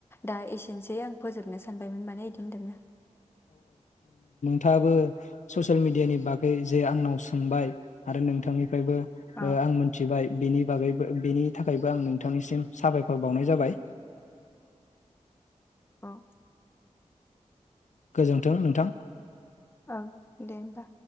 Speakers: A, on the left; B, on the left.
A: दा एसेनोसै आं फोजोबनो सानबायमोन माने बिदि होनदोंना
B: थाङाबो ससियेल मिडियानि बागै जे आंनाव सोंबाय आरो नोंथांनि फ्रायबो
A: अ
B: आं मोनथिबाय बिनि बेनि थाखायबो आं नोंथांनिसिम साबायखर बावनाय जाबाय
A: <inaudible>
B: गोजोन्थों नोंथां
A: औ दे होमबा